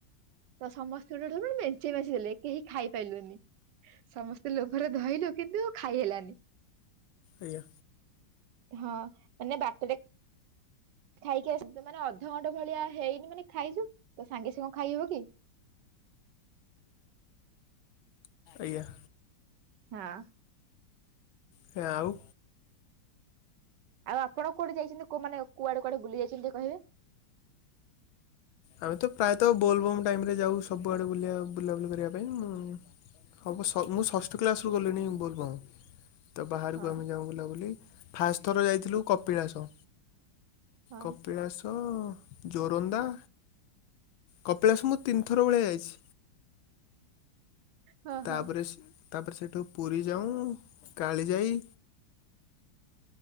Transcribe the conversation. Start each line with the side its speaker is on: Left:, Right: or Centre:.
Right: ତ ସମସ୍ତେ ଗୋଟେ ମେଞ୍ଚେ ମେଞ୍ଚେଇ ଦେଲେ କେହି ଖାଇପାରଲୁନି ସମସ୍ତେ ଲୋଭରେ ଧଇଲୁ କିନ୍ତୁ ଖାଇ ହେଲାନି
Left: ଆଜ୍ଞା।
Right: ହଁ ମାନେ ବାଟରେ ଖାଇକି ଆସ ମାନେ ଅଧଘଣ୍ଟା ଭଳିଆ ହେଇନି ମାନେ ଖାଇଛୁ ତ ସାଙ୍ଗେ ସାଙ୍ଗେ ଖାଇହବ କି?
Left: ଆଜ୍ଞା।
Right: ହଁ।
Left: ସେ ଆଉ
Right: ଆଉ ଆପଣ କୁଆଡେ ଯାଇଛନ୍ତି କୋ ମାନେ କୁଆଡେ କୁଆଡେ ବୁଲି ଯାଇଛନ୍ତି କହିବେ?
Left: ଆମେ ତ ପ୍ରାୟତଃ ବୋଲବୋମ୍ ଟାଇମରେ ଯାଉ ସବୁଆଡେ ବୁଲ ବୁଲାବୁଲି କରିବା ପାଇଁ ମୁଁ ହବ ମୁଁ ଷଷ୍ଠ କ୍ଲାସ ରୁ ଗଲିଣି ବୋଲବମ ତ ବାହାରକୁ
Right: ହଁ।
Left: ଆମେ ଯାଉ ବୁଲାବୁଲି ଫାଷ୍ଟ ଥର ଯାଇଥିଲୁ କପିଳାସ।
Right: ହଁ
Left: କପିଳାସ ଜୋରନ୍ଦା କପିଳାସ ମୁ ତିନିଥର ଭଳିଆ ଯାଇଛି
Right: ହଁ ହଁ
Left: ତାପରେ ତା ପରେ ସେଇଠୁ ପୁରୀ ଯାଉଁ କାଳିଜାଇ